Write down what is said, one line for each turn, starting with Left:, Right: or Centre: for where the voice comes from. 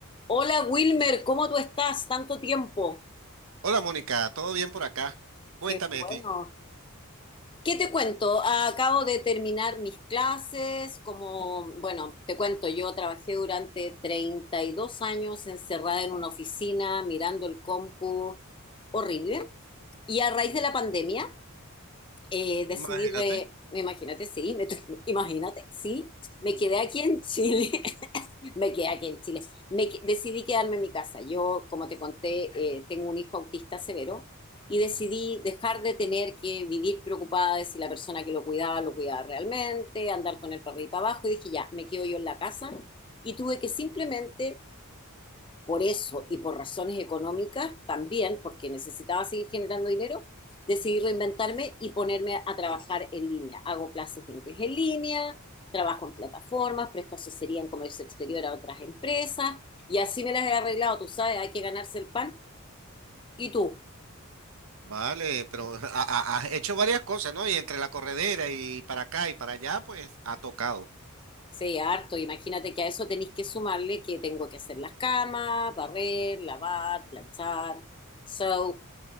Left: Hola Wilmer, ¿cómo tú estás? Tanto tiempo.
Right: Hola Mónica, ¿todo bien por acá? Cuéntame
Left: Qué bueno.
Right: de ti.
Left: ¿Qué te cuento? Acabo de terminar mis clases, como, bueno, te cuento, yo trabajé durante 32 años encerrada en una oficina, mirando el compu, horrible. Y a raíz de la pandemia, eh, decidí,
Right: Imagínate.
Left: re- imagínate, sí, me, <laughs> imagínate, sí, me quedé aquí en Chile Me quedé aquí en Chile. Me que- decidí quedarme en mi casa. Yo, como te conté, eh, tengo un hijo autista severo y decidí dejar de tener que vivir preocupada de si la persona que lo cuidaba lo cuidaba realmente, andar con el perrito abajo y dije, ya, me quedo yo en la casa y tuve que simplemente por eso y por razones económicas también, porque necesitaba seguir generando dinero, decidí reinventarme y ponerme a trabajar en línea. Hago clases de inglés en línea, trabajo en plataformas, presto asesoría en comercio exterior a otras empresas y así me las he arreglado, tú sabes, hay que ganarse el pan. ¿Y tú?
Right: Vale, pero <laughs> ha- ha- has hecho varias cosas, ¿no? Y entre la corredera y para acá y para allá, pues ha tocado.
Left: Sí, harto. Imagínate que a eso tenéis que sumarle que tengo que hacer las camas, barrer, lavar, planchar. So,